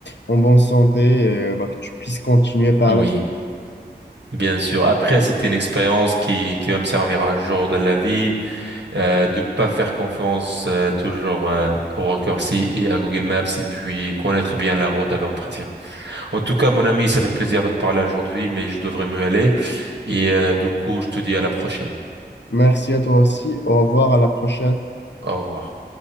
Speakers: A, on the left; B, on the right.
A: en bonne santé et euh, bah, que tu puisses continuer par
B: oui.
A: la suite.
B: Bien sûr. Après, c'était une expérience qui, qui va me servir un jour dans la vie, euh, de pas faire confiance euh, toujours euh, au raccourci et à Google Maps et puis connaître bien la route avant de partir. En tout cas, mon ami, ça fait plaisir de te parler aujourd'hui, mais je devrais me aller. Et euh, du coup, je te dis à la prochaine.
A: Merci à toi aussi. Au revoir, à la prochaine.
B: Au revoir.